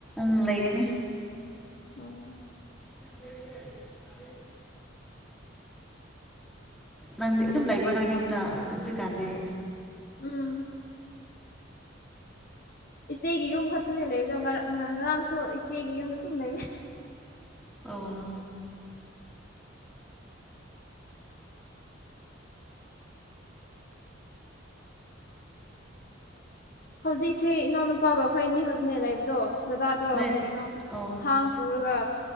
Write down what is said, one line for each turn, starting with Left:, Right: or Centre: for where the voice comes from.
Centre: ꯎꯝ ꯂꯩꯒꯅꯤ
Left: ꯑꯣ
Centre: <unintelligible> ꯅꯪꯗꯤ ꯑꯗꯨꯝ ꯂꯩꯕ꯭ꯔꯣ ꯅꯪ ꯌꯨꯝꯗ ꯍꯧꯖꯤꯛꯀꯥꯟꯗꯤ
Left: ꯎꯝ ꯏꯆꯦꯒꯤ ꯌꯨꯝ ꯈꯛꯇꯅꯦ ꯂꯩꯕꯗꯣ ꯉꯔꯥꯡꯁꯨ ꯏꯆꯦꯒꯤ ꯌꯨꯝꯗ ꯑꯗꯨꯨꯝ ꯂꯩꯕꯅꯤ
Centre: ꯑꯥ
Left: ꯍꯧꯖꯤꯛꯁꯦ ꯏꯅꯥꯎꯅꯨꯄꯥꯒ ꯑꯩꯈꯣꯏ ꯑꯅꯤ ꯈꯛꯇꯅꯦ ꯂꯩꯕꯗꯣ ꯗꯗꯥꯗꯣ
Centre: ꯅꯣꯏ
Left: ꯀꯩꯅꯣ
Centre: ꯑꯣ
Left: ꯊꯥꯡ ꯄꯨꯔꯒ